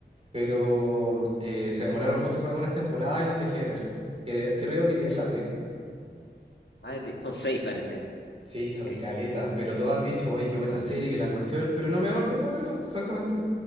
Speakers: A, on the right; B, on the left.
A: pero eh, se demoraron mucho con algunas temporadas y las dejé de ver. Creo, creo que quedé en la 3.
B: Ah, es de- son seis parece.
A: Sí, son
B: sí.
A: caletas, pero todos han dicho, oye, qué buena serie, que la cuestión, pero no me he dado el tiempo de verla, francamente.